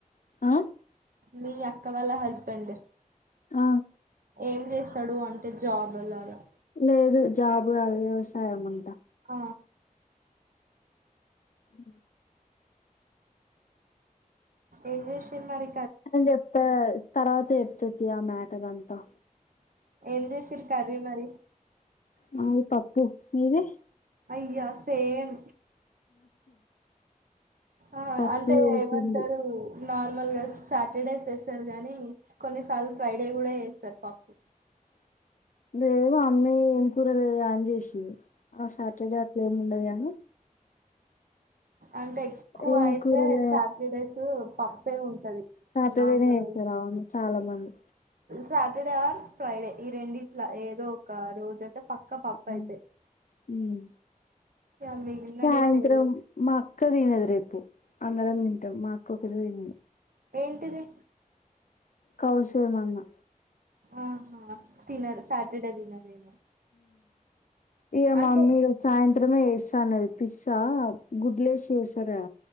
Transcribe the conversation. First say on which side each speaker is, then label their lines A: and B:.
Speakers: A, on the left; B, on the right.
A: ఆ
B: మీ అక్క వాళ్ళ హస్బెండ్
A: ఆ!
B: ఏం చేస్తాడు అంట జాబ్ అలగా
A: లేదు జాబు అ వ్యవసాయం అంటా
B: ఆ
A: ఉ
B: ఏంచేస్తారు మళ్లీ
A: అ చెప్తా తర్వాత చెప్తతి ఆ మ్యాటర్ అంతా
B: ఏం చేసిర్రు కర్రీ మరి
A: మాది పప్పు మీరే
B: అయ్యా సేమ్ ఆ
A: పప్పు
B: అంటే
A: చేసింది.
B: ఏమంటారు నార్మల్ గా సాటర్డేస్ వేస్తారు గానీ కొన్నిసార్లు ఫ్రైడే కూడా వేస్తారు పప్పు
A: జ లేేవు ఆ అమ్మాయి ఏం కూరలే అని చేసింది ఆ సాటర్డే అట్ల ఏమి ఉండదు ఆ
B: అంటే ఎక్కువ
A: ఏంకూరల
B: అయితే సాటర్డేస్ పప్పే ఉంటది
A: సాటర్డేనే
B: నార్మల్
A: హతార అవు చాలా మంది
B: సాటర్డే ఆర్ ఫ్రైడే ఈ రెండిట్ల ఏదో ఒక రోజు పక్క పప్పు
A: అవును
B: అయితే
A: హ్మ్.
B: ఇగ మిగిలిన
A: సాయంత్రం
B: డేస్ ఏదో
A: మ అక్క <unintelligible> అందర మనింట మాకు ఒకటి తరింది
B: ఏంటిది
A: కౌశలమన్న
B: ఆహా తినరు సాటర్ డే తినరేమో
A: ఇ మమీ
B: అంటే
A: ర సాయ మాత్రమే వేస్తానుది పిజ్సా గుడ్లేసి చేసారా